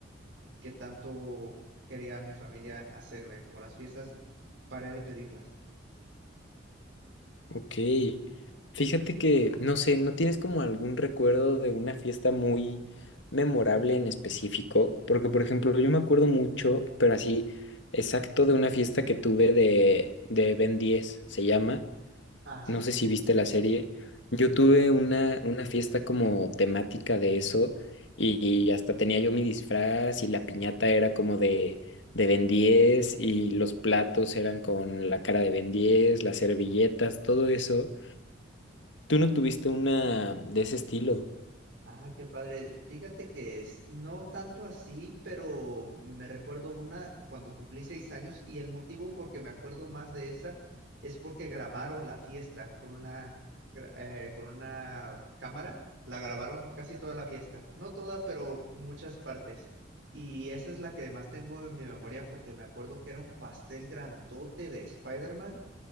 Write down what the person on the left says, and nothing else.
Ok. Fíjate que, no sé, ¿no tienes como algún recuerdo de una fiesta muy memorable en específico? Porque, por ejemplo, yo me acuerdo mucho, pero así, exacto de una fiesta que tuve de, de Ben diez se llama.
No
sé si
viste la serie. Yo
tuve una, una fiesta como temática de eso y, hasta tenía yo mi disfraz y la piñata era como de, de Ben 10 y los platos eran con la cara de Ben 10, las servilletas, todo eso. ¿Tú no tuviste una de ese estilo?